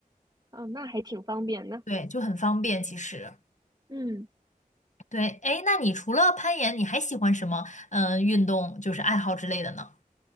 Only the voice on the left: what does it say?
对，就很方便其实。
对，哎，那你除了攀岩，你还喜欢什么？嗯，运动就是爱好之类的呢？